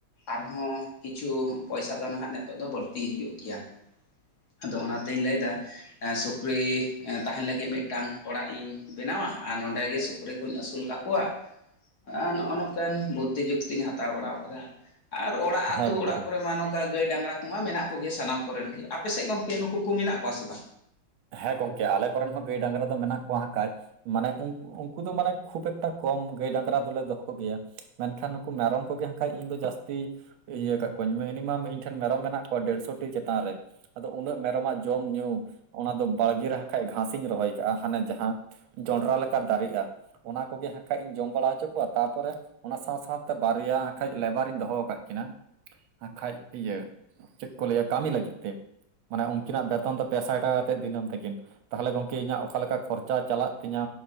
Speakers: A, on the left; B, on the right.
A: ᱟᱨᱦᱚᱸ ᱠᱤᱪᱷᱩ ᱯᱚᱭᱥᱟ ᱫᱚ ᱱᱟᱦᱟᱜ ᱱᱤᱛᱚᱜ ᱫᱚ ᱵᱟᱹᱲᱛᱤ ᱦᱩᱭᱩᱜ ᱜᱮᱭᱟ᱾ ᱟᱫᱚ ᱚᱱᱟᱛᱤᱧ ᱞᱟᱹᱭ ᱮᱫᱟ᱾ ᱥᱩᱠᱨᱤ ᱛᱟᱦᱮᱱ ᱞᱟᱹᱜᱤᱫ ᱢᱤᱫᱴᱟᱝ ᱚᱲᱟᱜ ᱤᱧ ᱵᱮᱱᱟᱣᱟ ᱟᱨ ᱱᱚᱰᱮ ᱜᱮ ᱥᱩᱼᱼ ᱥᱩᱠᱨᱤ ᱠᱚᱧ ᱟᱹᱥᱩᱞ ᱠᱫ ᱠᱚᱣᱟ ᱱᱚᱜᱼᱚ ᱱᱚᱝᱠᱟᱱ ᱵᱩᱫᱽᱫᱷᱤ ᱡᱩᱠᱛᱤᱧ ᱦᱟᱛᱟᱣ ᱵᱟᱲᱟ ᱟᱠᱟᱫᱟ᱾ ᱟᱨ ᱚᱲᱟᱜ
B: ᱦᱮᱸ
A: ᱟᱹᱛᱩ ᱚᱲᱟᱜ
B: ᱜᱚᱝᱠᱮ
A: ᱠᱚᱨᱮ <inaudible> ᱜᱟᱹᱭ ᱰᱟᱝᱨᱟ ᱠᱚᱢᱟ ᱢᱮᱱᱟᱜ ᱠᱚᱜᱮ ᱥᱟᱱᱟᱢ ᱠᱚᱨᱮᱱ ᱜᱮ ᱟᱯᱮᱥᱮᱫ ᱜᱚᱝᱠᱮ ᱱᱩᱠᱩ ᱠᱚ ᱢᱮᱱᱟᱜ ᱠᱚᱣᱟ ᱥᱮ ᱵᱟᱝ᱾
B: ᱦᱮᱸ ᱜᱚᱝᱠᱮ ᱟᱞᱮ ᱠᱚᱨᱮᱱ ᱦᱚᱸ ᱜᱟᱹᱭ ᱰᱟᱝᱨᱟ ᱫᱚ ᱢᱮᱱᱟᱜ ᱠᱚᱣᱟ ᱠᱟᱡ᱾ ᱢᱟᱱᱮ ᱩᱱᱠᱩ ᱫᱚ ᱢᱟᱱᱮ ᱠᱷᱩᱵ ᱮᱠᱴᱟ ᱠᱚᱢ ᱜᱟᱹᱭ ᱰᱟᱝᱨᱟ ᱫᱚᱞᱮ ᱫᱚᱦᱚ ᱠᱚᱜᱮᱭᱟ᱾ ᱢᱮᱱᱠᱷᱟᱱ ᱱᱩᱠᱩ ᱢᱮᱨᱚᱢ ᱠᱚᱜᱮ ᱦᱟᱜ ᱠᱷᱟᱡ ᱤᱧ ᱫᱚ ᱡᱟᱹᱥᱛᱤ᱾ ᱤᱭᱟᱹᱠᱟᱜ ᱠᱚᱣᱟᱧ ᱢᱤᱱᱤᱢᱟᱢ ᱤᱧ ᱴᱷᱮᱱ ᱢᱮᱨᱚᱢ ᱢᱮᱱᱟᱜ ᱠᱚᱣᱟ ᱰᱮᱲᱥᱚ ᱴᱤ ᱪᱮᱛᱟᱱ ᱨᱮ᱾ ᱟᱫᱚ ᱩᱱᱟᱹᱜ ᱢᱮᱨᱚᱢᱟᱜ ᱡᱚᱢ ᱧᱩ ᱚᱱᱟ ᱫᱚ ᱵᱟᱲᱜᱮ ᱨᱮ ᱠᱷᱟᱱᱡ ᱜᱷᱟᱥᱤᱧ ᱨᱚᱦᱚᱭ ᱠᱟᱜᱼᱟ ᱦᱟᱱᱮ ᱡᱟᱦᱟᱸ᱾ ᱡᱚᱱᱰᱨᱟ ᱞᱮᱠᱟ ᱫᱟᱨᱮᱜᱼᱟ ᱚᱱᱟ ᱠᱚᱜᱮ ᱦᱟᱠᱷᱟᱡ ᱤᱧ ᱡᱚᱢ ᱵᱟᱲᱟ ᱦᱚᱪᱚ ᱠᱚᱣᱟ ᱛᱟᱨᱯᱚᱨᱮ᱾ ᱚᱱᱟ ᱥᱟᱶ ᱥᱟᱶᱛᱮ ᱵᱟᱨᱭᱟ ᱠᱷᱟᱡ ᱞᱮᱵᱟᱨᱤᱧ ᱫᱚᱦᱚ ᱟᱠᱟᱫ ᱠᱤᱱᱟ᱾ ᱟᱨ ᱠᱷᱟᱡ ᱤᱭᱟᱹ ᱪᱮᱫ ᱠᱚ ᱞᱟᱹᱭᱟ ᱠᱟᱹᱢᱤ ᱞᱟᱹᱜᱤᱫ ᱛᱮ ᱢᱟᱱᱮ ᱩᱱᱠᱤᱱᱟᱜ ᱵᱮᱛᱚᱱ ᱫᱚ ᱯᱮᱥᱟᱭ᱾ ᱴᱟ ᱠᱟᱛᱮᱫ ᱫᱤᱱᱟᱹᱢ ᱛᱟᱹᱠᱤᱱ ᱛᱟᱦᱚᱞᱮ ᱜᱚᱢᱠᱮ ᱤᱧᱟᱹᱜ ᱚᱠᱟ ᱞᱮᱠᱟ ᱠᱷᱚᱨᱪᱟ ᱪᱟᱞᱟᱜ ᱛᱤᱧᱟᱹ᱾